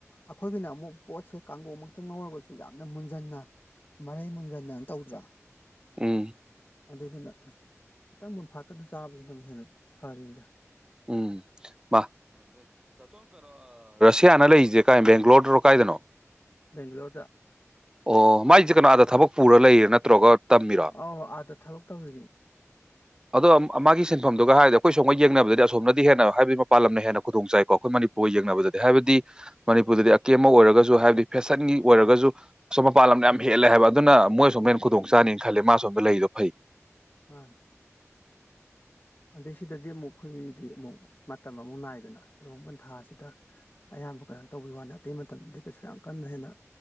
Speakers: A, on the left (about 45°); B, on the right (about 15°).
A: ꯑꯩꯈꯣꯏꯒꯤꯅ ꯑꯃꯨꯛ ꯄꯣꯠꯁꯦ ꯀꯥꯡꯕꯨ ꯃꯛꯇ ꯉꯧꯔꯒꯁꯨ꯫ ꯨ ꯌꯥꯝꯅ ꯃꯨꯟꯖꯟꯅ ꯃꯔꯩ ꯃꯨꯟꯖꯟꯅ ꯇꯧꯗ꯭ꯔꯥ꯫
B: ꯎꯝ꯫
A: ꯑꯗꯨꯗꯨꯅ ꯈꯤꯇꯪ ꯃꯨꯟꯐꯥꯠꯇꯅ ꯆꯥꯕꯁꯤꯅꯕꯨ ꯍꯦꯟꯅ ꯐꯔꯤꯅꯤꯗ
B: ꯎꯝ ꯃꯥ ꯀꯌꯥꯅꯣ ꯂꯩꯔꯤꯁꯦ ꯀꯥꯏ ꯕꯦꯡꯒ꯭ꯂꯣꯔꯗꯔꯣ ꯀꯥꯏꯗꯅꯣ
A: ꯕꯦꯡꯒ꯭ꯂꯣꯔꯗ
B: ꯑꯣ ꯃꯥꯏꯁꯦ ꯀꯅꯥꯗ ꯊꯕꯛ ꯄꯨꯔ ꯂꯩꯔꯦ ꯅꯠꯇ꯭ꯔꯒ ꯇꯝꯃꯤꯔꯣ
A: ꯑꯧ ꯑꯥꯗ ꯊꯕꯛ ꯇꯧꯔꯤꯅꯤ
B: ꯑꯗꯣ ꯃꯥꯒꯤ ꯁꯤꯟꯐꯝꯗꯨꯒ ꯍꯥꯏꯔꯗꯤ ꯑꯩꯈꯣꯏ ꯁꯣꯝꯒ ꯌꯦꯡꯅꯕꯗꯗꯤ ꯑꯁꯣꯝꯅꯗꯤ ꯍꯦꯟꯅ ꯍꯥꯏꯕꯗꯤ ꯃꯄꯥꯟ ꯂꯝꯅ ꯍꯦꯟꯅ ꯈꯨꯗꯣꯡ ꯆꯥꯏꯀꯣ ꯑꯩꯈꯣꯏ ꯃꯅꯤꯄꯨꯔꯒ ꯌꯦꯡꯅꯕꯗꯗꯤ ꯍꯥꯏꯕꯗꯤ ꯃꯅꯤꯄꯨꯔꯗꯗꯤ ꯑꯀꯦ ꯑꯃꯧ ꯑꯣꯏꯔꯒꯁꯨ ꯍꯥꯏꯕꯗꯤ ꯐꯦꯁꯟꯒꯤ ꯑꯣꯏꯔꯒꯁꯨ ꯑꯁꯣ ꯃꯄꯥꯟ ꯂꯝꯗ
A: ꯎꯝ
B: ꯌꯥꯝ ꯍꯦꯜꯂꯦ ꯍꯥꯏꯕ ꯑꯗꯨꯅ ꯃꯣꯏ ꯑꯁꯣꯝꯅ
A: ꯎꯝ
B: ꯍꯦꯟꯅꯈꯨꯗꯣꯡ ꯆꯥꯅꯤ ꯈꯜꯂꯦ ꯃꯥꯁꯣꯝꯗ ꯂꯩꯗꯣ ꯐꯩ
A: ꯃꯥꯥꯅꯦ ꯑꯗꯩ ꯁꯤꯗꯗꯤ ꯑꯃꯨꯛ ꯑꯩꯈꯣꯏꯒꯤꯗꯤ ꯑꯃꯨꯛ ꯃꯇꯝ ꯑꯃꯨꯛ ꯅꯥꯏꯗꯅ ꯂꯨꯍꯣꯡ ꯄꯟꯊꯥꯁꯤꯗ ꯑꯌꯥꯝꯕ ꯀꯩꯅꯣ ꯇꯧꯕꯤ ꯋꯥꯅꯤ ꯑꯇꯩ ꯃꯇꯝꯗꯗꯤ ꯀꯩꯁꯨ ꯌꯥꯝ ꯀꯟꯅ ꯍꯦꯟꯅ